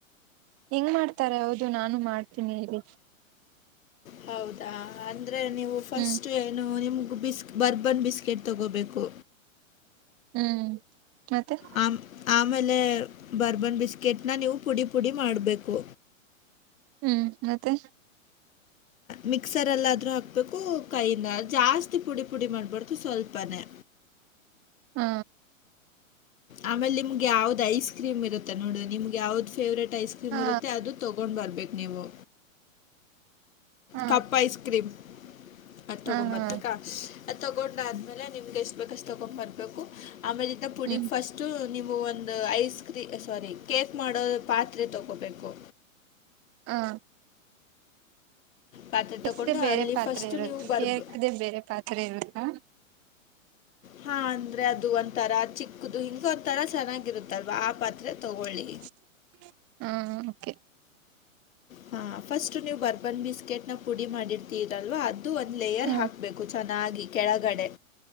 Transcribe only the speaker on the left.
ಹೌದಾ ಅ ಅಂದ್ರೆ ನೀವು ಫಸ್ಟ್
ಏನು ನಿಮ್ ಬಿಸ್ ಬರ್ಬನ್ ಬಿಸ್ಕೆಟ್ ತಗೋಬೇಕು
ಆ ಆಮೇಲೆ ಬರ್ಬನ್ ಬಿಸ್ಕೆಟ್ನ ನೀವು ಪುಡಿ ಪುಡಿ ಮಾಡ್ಬೇಕು
ಮಿಕ್ಸರ್ಲ್ಲಾದ್ರು ಹಾಕ್ಬೇಕು ಕೈಯಿಂದ ಜಾಸ್ತಿ ಪುಡಿ ಪುಡಿ ಮಾಡ್ಬಾರ್ದು ಸ್ವಲ್ಪನೇ
ಆಮೇಲ್ಲಿ ಯಾವ್ದ ಐಸ್ಕ್ರೀಂ ಇರುತ್ತೆ ನೋಡ್ ನಿಮ್ಗೆ ಯಾವ್ದ್ ಫವ್ರೇಟ್ ಐಸ್ ಕ್ರೀಮ್
ಇರುತ್ತೆ ಅದು ತಗೊಂಡ್ ಬರ್ಬೇಕು ನೀವು
ಕಪ್ ಐಸ್ ಕ್ರೀಮ್ ಅದ ತಗೊಂಬತಕ್ಕ
ಅ ತಗೊಂಡ ಆದ್ಮೇಲೆ ನಿಮ್ಗೆ ಎಷ್ಟ ಬೇಕಸ್ ತೊಗೊಂಡು ಬರಬೇಕು ಆಮೇಲನ ಪುಡಿ
ಫಸ್ಟು ನೀವು ಒಂದು ಐಸ್ ಕ್ರೀ ಸಾರಿ ಕೇಕ್ ಮಾಡೋದು ಪಾತ್ರೆ ತಗೋಬೇಕು
ಪಾತ್ರೆ
ತಗೊಂಡು
ಅಲ್ಲಿ
ಫಸ್ಟು
ನೀವು ಬರ್ಬ
ಹಾ ಅಂದ್ರೆ ಅದು ಒಂತರ ಚಿಕ್ಕದು ಹಿಂಗ ಒಂತರ ಚೆನ್ನಾಗಿರುತ್ತಲ್ವಾ ಆ ಪಾತ್ರೆ
ತಗೊಳ್ಳಿ ಹಾ ಫಸ್ಟ್ ನೀವು ಬರ್ಬನ್ ಬಿಸ್ಕೆಟ್ ನ ಪುಡಿ ಮಾಡಿರ್ ಇರಲ್ವಾ ಅದು ಒಂದು ಲೇಯರ್
ಹಾಕ್ಬೇಕು ಚೆಂದ ನಾಗಿ ಕೆಳಗಡೆ